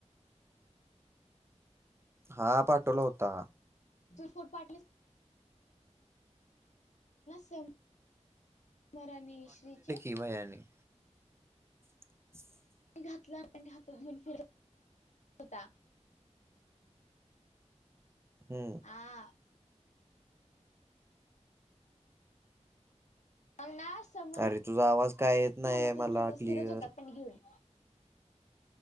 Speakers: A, on the right; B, on the left.
A: हा पाठवला होता.
B: जुडफोड पाठले स मरा न श्रीचे.
A: किमायाने. <inaudible>
B: घातला आणि हातात घेऊन फिरत होता.
A: हम्म.
B: आ. अन ना समर
A: अरे तुझा आवाज काय येत नाही
B: घालायतच
A: मला
B: नव्हता.
A: क्लिअर
B: फिरच होता पण घेऊन.